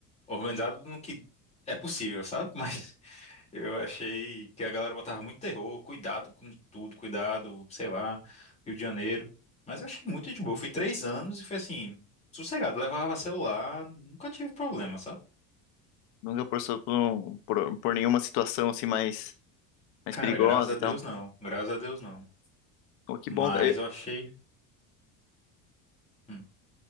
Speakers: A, on the left; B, on the left.
A: organizado no que é possível, sabe? <laughs> mas eu achei que a galera botava muito terror, cuidado com tudo, cuidado, sei lá, Rio de Janeiro. Mas eu achei muito de boa. Eu fui três anos e foi assim, sossegado, levava celular, nunca tive problema, sabe?
B: nunca passou por, um- por, por nenhuma situação assim mais mais
A: Cara,
B: perigosa
A: graças a Deus
B: e tal.
A: não, graças a Deus não.
B: Pô, que
A: Mas
B: bom, cara.
A: eu achei. hum.